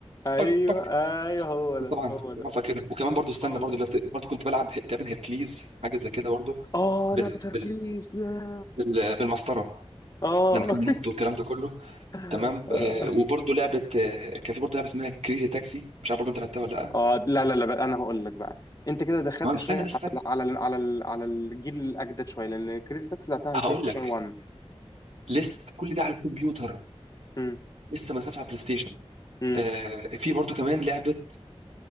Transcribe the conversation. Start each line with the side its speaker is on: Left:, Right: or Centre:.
Left: ايوه
Right: بك بك
Left: ايوه هو ده
Right: ده طبعا
Left: هو ده
Right: طبعا فاكر وكمان برضو استنى
Left: هو
Right: برضو
Left: ده
Right: لفت- برضو كنت بلعب ه- تقريبا هيركليز حاجه زي كده برضو
Left: اه
Right: بال
Left: لعبة هركليس
Right: بال
Left: يا
Right: بال بالمسطره
Left: اه
Right: لما كان بينط والكلام ده كله
Left: <laughs>
Right: تمام آه وبرضو لعبه آه كان في برضو لعبه اسمها كريزي تاكسي مش عارف برضو انت لعبتها ولا لا
Left: اه لا لا لا بقى انا هقول لك بقى انت كده دخلت
Right: تمام استنى
Left: شويه
Right: بس
Left: على
Right: استنى
Left: على على ال- على الجيل الاجدد شويه لان كريزي تاكسي لعبتها على
Right: هقول
Left: البلاي ستيشن
Right: لك
Left: 1
Right: لسه كل ده على الكمبيوتر
Left: امم
Right: لسه ما دخلتش على البلاي ستيشن
Left: امم
Right: آه في برضو كمان لعبه